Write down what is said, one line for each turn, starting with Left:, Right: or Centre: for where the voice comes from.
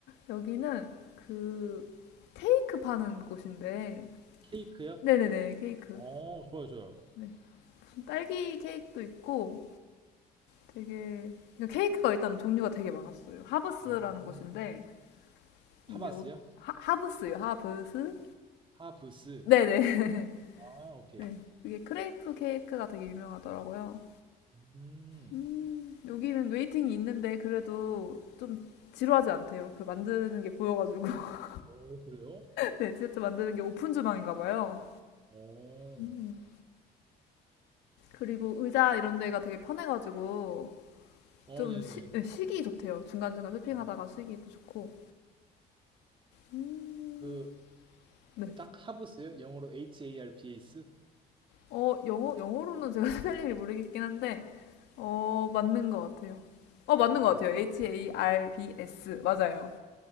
Left: 여기는 그, 케이크 파는 곳인데,
Right: 케이크요?
Left: 네네네, 케이크.
Right: 어, 좋아요, 좋아요.
Left: 네. 무슨 딸기 케이크도 있고, 되게 그러니까 케이크가 일단 종류가 되게 많았어요. 하브스라는
Right: 음,
Left: 곳인데
Right: 파마스요?
Left: 이게 오- 하, 하브스요. 하브스?
Right: 하브스.
Left: 네네. <laughs>
Right: 아, 오케이.
Left: 네. 이게 크레이프 케이크가 되게 유명하더라고요.
Right: 음,
Left: 음, 여기는 웨이팅이 있는데 그래도 좀 지루하지 않대요. 그 만드는 게 보여가지고. <laughs>
Right: 오, 그래요?
Left: 네, 디저트 만드는 게 오픈 주방인가 봐요.
Right: 오,
Left: 음. 그리고 의자 이런 데가 되게 편해가지고
Right: 어,
Left: 좀
Right: 네네.
Left: 시, 네, 쉬기 좋대요. 중간중간 쇼핑하다가
Right: 어,
Left: 쉬기도 좋고. 음,
Right: 그,
Left: 네.
Right: 딱 하브스요? 영어로 H-A-R-B-S?
Left: 어, 영어, 영어로는 제가 <laughs> 스펠링을 모르겠긴 한데, 어, 맞는 것 같아요. 어, 맞는
Right: 음,
Left: 것 같아요. H-A-R-B-S. 맞아요.